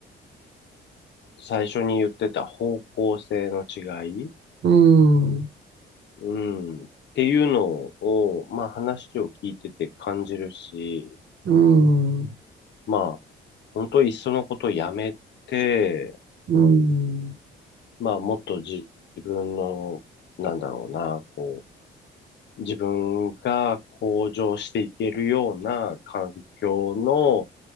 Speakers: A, on the left; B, on the right.
A: 最初に言ってた方向性の違い
B: うん、
A: うん。っていうのを、まあ話を聞いてて感じるし、
B: うん、うん、
A: まあ、本当いっそのことやめて、
B: うん、
A: まあもっと自分の、なんだろうな、こう、自分が向上していけるような環境の